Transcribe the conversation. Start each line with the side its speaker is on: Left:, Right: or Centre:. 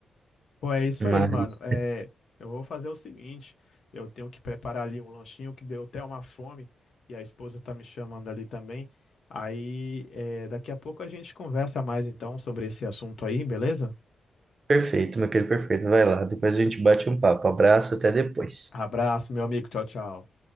Left: Pô, é isso
Right: Mas
Left: aí, mano. É, eu vou fazer o seguinte, eu tenho que preparar ali um lanchinho que deu até uma fome e a esposa tá me chamando ali também. Aí, é, daqui a pouco a gente conversa mais então sobre esse assunto aí, beleza?
Right: Perfeito, meu querido, perfeito. Vai lá, depois a gente bate um papo. Abraço, até depois.
Left: Abraço, meu amigo. Tchau, tchau.